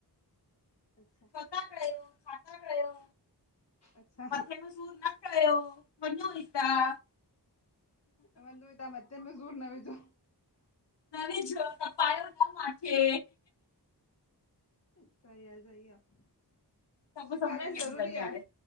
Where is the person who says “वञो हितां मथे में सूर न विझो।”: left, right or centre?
Left